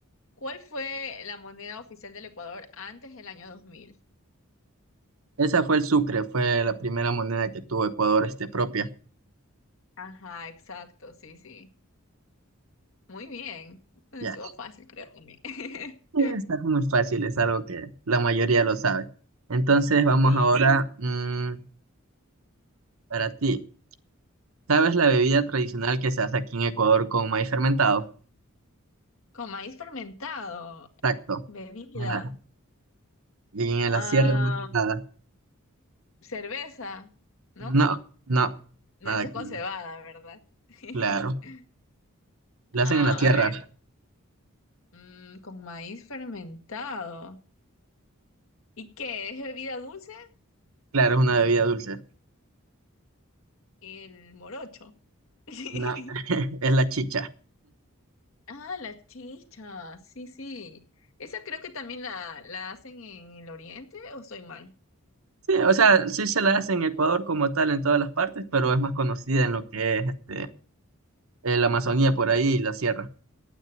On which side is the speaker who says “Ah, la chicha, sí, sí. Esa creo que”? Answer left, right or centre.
Left